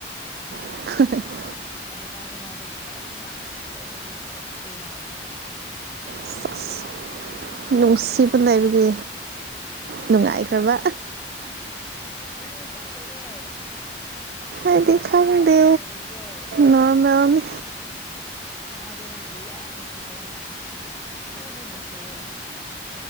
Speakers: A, on the right; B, on the left.
A: <unintelligible>
B: ꯍꯧꯖꯤꯛꯀꯥꯟꯗꯤ ꯃꯥꯗꯨ ꯈꯔ ꯁ꯭ꯃꯥꯔꯠ ꯑꯣꯏꯕꯒꯤ ꯁꯛꯇꯨ ꯃꯥꯜꯂꯛꯈ꯭ꯔꯦꯕ
A: ꯁꯁ ꯅꯨꯡꯁꯤꯕ
B: ꯁꯁ
A: ꯂꯩꯕꯒꯤ ꯅꯨꯡꯉꯥꯏꯈ꯭ꯔꯕ
B: ꯅꯪꯗꯤ ꯀꯃꯥꯏ ꯇꯧꯒꯦ ꯅꯁꯥ
A: ꯑꯩꯗꯤ ꯈꯪꯗꯦ
B: ꯏꯀꯪ ꯀꯪꯉꯒ ꯂꯩꯔꯤꯕ꯭ꯔꯣ
A: ꯅꯣꯔꯃꯦꯜꯅꯤ
B: ꯃꯥꯗꯤ ꯅꯪꯕꯨ ꯌꯥꯝ ꯅꯨꯡꯁꯤꯗꯕ ꯃꯥꯟ ꯈꯔꯗꯤ ꯅꯨꯡꯁꯤꯔꯒ